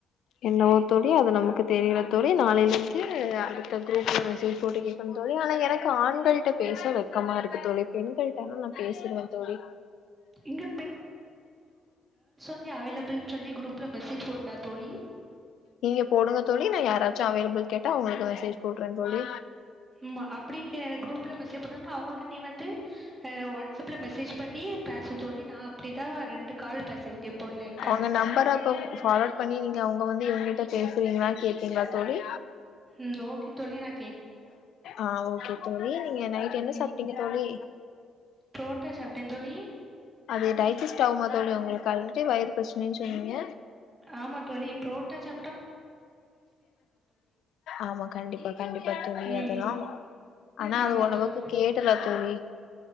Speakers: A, on the left; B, on the right.
A: என்னவோ தோழி அது நமக்கு தெரில தோழி நாளையிலெந்து அது அந்த குரூப்ல மெசேஜ் போட்டு கேக்கணு தோழி ஆனா எனக்கு ஆண்கள்ட்ட பேச வெக்கமா இருக்கு தோழி. பெண்களட்டனா நா பேசிருவே தோழி.
B: இங்க லி அவைலபிள்னு சொல்லி குரூப்ல மெசேஜ் போடலா தோழி
A: நீங்க போடுங்க தோழி நா யாராச்சு அவைலபிள் கேட்டா உங்களுக்கு மெசேஜ் போடுறே தோழி.
B: ம்மா அப்படி ச குரூப்ல மெசேஜ் போட்டாங்கனா அவங்களுக்கு நீ வந்து வாட்ஸ்அப்ல மெசேஜ் பண்ணி பேச சொல்லி நா அப்படிதா ரெண்டு கால் பேசியிருக்கேன் புள்ளைகள்ட்ட
A: அவங்க நம்பரா இப்ப ஃபார்வர்ட் பண்ணி நீங்கவுங்க அவங்க எங்கிட்ட பேசுறீங்களா கேப்பீங்களா தோழி.
B: உம் ஓகே தோழி நா
A: ஆஹ் ஓகே தோழி நீங்க நைட்டு என்ன
B: ம்
A: சாப்ட்டீங்க தோழி
B: புரோட்டா சாப்ட்டேன் தோழி
A: அதே டயட் ஜஸ்ட் ஆகுமா தோழி உங்களுக்கு ஆல்ரெடி வயறு பிரச்சனைன்னு சொன்னீங்க.
B: ஆமா தோழி ப்ரோட்டா சா
A: ஆமா கண்டிப்பா கண்டிப்பா தோழி
B: ம்
A: அதெல்லா ஆனா அது
B: ஆமா
A: உணவுக்கு
B: தோழி
A: கேடல தோழி